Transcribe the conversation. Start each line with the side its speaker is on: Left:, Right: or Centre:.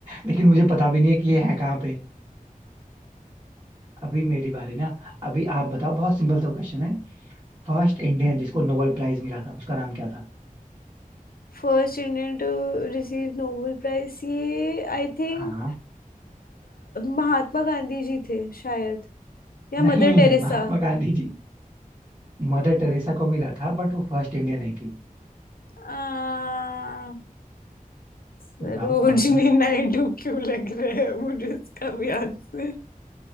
Right: लेकिन मुझे पता भी नहीं है कि ये है कहाँ पे अभी मेरी बारी ना अभी आप बताओ बहुत सिंपल सा क्वेश्चन है फर्स्ट इंडियन जिसको नोबेल प्राइज मिला था उसका नाम क्या था
Left: First Indian to receive Nobel prize ये आई थिंक
Right: हाँ
Left: महात्मा गांधी जी थे शायद या
Right: नहीं
Left: मदर टेरेसा
Right: महात्मा गांधी जी मदर टेरेसा को मिला था बट वो फर्स्ट इंडियन नहीं थी
Left: आ, सरोजनी
Right: बताओ कौन था
Left: नायडू क्यों लग रहा है मुझे इसका भी आंसर